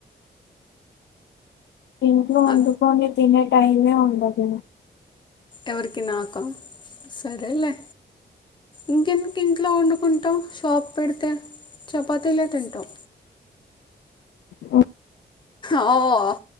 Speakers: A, on the left (about 85°); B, on the left (about 25°).
A: ఇంట్లో వండుకొని
B: ఆ,
A: తినే టైమే ఉండదు
B: ఎవరికి నాక సరేలేే ఇంకేంటి ఇంట్లో వండుకుంటాం షాప్ పెడితే చపాతీలే తింటాం
A: అ
B: ఆ